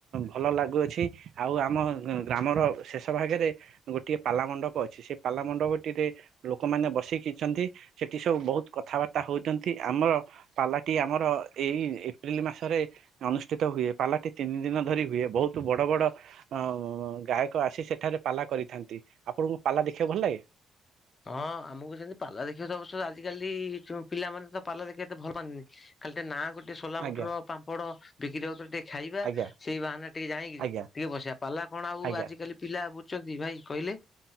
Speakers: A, on the right (about 70°); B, on the left (about 35°).
A: ଭଲ ଲାଗୁଅଛି ଆଉ ଆମ ଗ୍ରାମର ଶେଷ ଭାଗରେ ଗୋଟିଏ ପାଲା ମଣ୍ଡପ ଅଛି ସେ ପାଲା ମଣ୍ଡପଟିରେ ଲୋକମାନେ ବସିକିଛନ୍ତି ସେଠି ସବୁ ବହୁତ୍ କଥାବାର୍ତ୍ତା ହଉଛନ୍ତି ଆମର ପାଲାଟି ଆମର ଏଇ ଏପ୍ରିଲ ମାସରେ ଅନୁଷ୍ଠିତ ହୁଏ ପାଲାଟି ତିନି ଦିନ ଧରି ହୁଏ ବହୁତୁ ବଡ ବଡ ଅଁ ଗାୟକ ଆସି ସେଠାରେ ପାଲା କରିଥାନ୍ତି ଆପଣଙ୍କୁ ପାଲା ଦେଖିବାକୁ ଭଲ ଲାଗେ।
B: ହଁ ଆମକୁ ସେମିତି ପାଲା ଦେଖିବା ସବୁ ଛୁଆ ଆଜିକାଲି ପିଲାମାନେ ତ ପାଲା ଦେଖିବା ଏତେ ଭଲ ପାଆନ୍ତିନି। ଖାଲି ଟିକେ ନା କୁ ଟିକେ ସୋଲା
A: ଆଜ୍ଞା
B: ମଟର ପାମ୍ପଡ ବିକ୍ରି ହଉଛନ୍ତି। ଖାଇବା
A: ଆଜ୍ଞା
B: ସେଇ ବାହାନା ରେ ଟିକେ ଯାଇକିରି
A: ଆଜ୍ଞା
B: ଟିକେ ବସିବା ପାଲା କଣ ଆଉ
A: ଆଜ୍ଞା
B: ଆଜିକାଲି ପିଲା ବୁଝୁଛନ୍ତି ଭାଇ କହିଲେ।